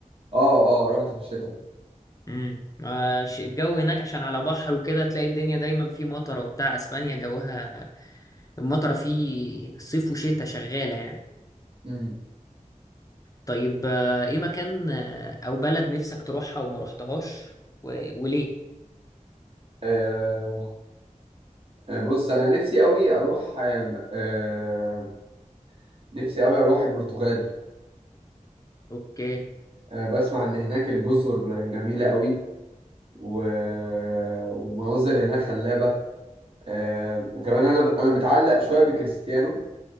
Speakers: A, on the right; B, on the left.
A: اه اه رحت في الشتاء
B: امم الجو هناك عشان على بحر وكده تلاقي الدنيا دايما في مطره وبتاع اسبانيا جوها المطرة فيه صيف وشتاء شغالة يعني
A: امم
B: طيب آه، ايه مكان آه، او بلد نفسك تروحها وما رحتهاش و... وليه
A: آه آه، بص انا نفسي قوي اروح آه آه، نفسي قوي اروح البرتغال
B: اوكي
A: آه بسمع ان هناك الجزر جميله قوي و... والمناظر هناك خلابه آه وكمان انا ب... انا متعلق شويه بكريستيانو